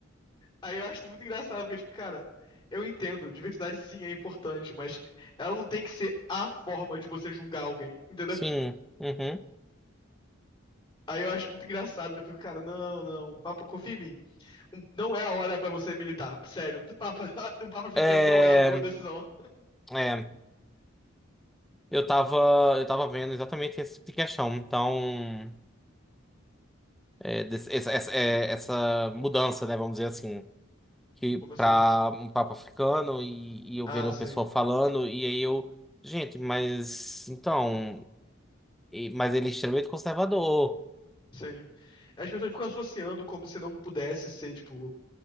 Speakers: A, on the left; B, in the centre.
A: Aí eu acho isso muito engraçado, porque, tipo, cara, eu entendo, diversidade sim é importante, mas ela não tem que ser a forma de você julgar alguém, entendeu?
B: sim. Uhum.
A: Aí eu acho muito engraçado, que eu fico, cara, não, não, um papa, confia em mim. Um- não é a hora pra você militar, sério. Um papa, <laughs> um papa africano
B: É,
A: não é a boa decisão.
B: é, eu tava, eu tava vendo exatamente esse tipo de questão. Então, é, desse- essa, essa, é, essa mudança, né? Vamos dizer assim, que
A: Como assim?
B: para um Papa africano e, e eu
A: Ah,
B: vendo
A: sim.
B: o pessoal falando, e aí eu, gente, mas então, e- mas ele é extremamente conservador.
A: Sim. As pessoas ficam associando como se não pudesse ser, tipo.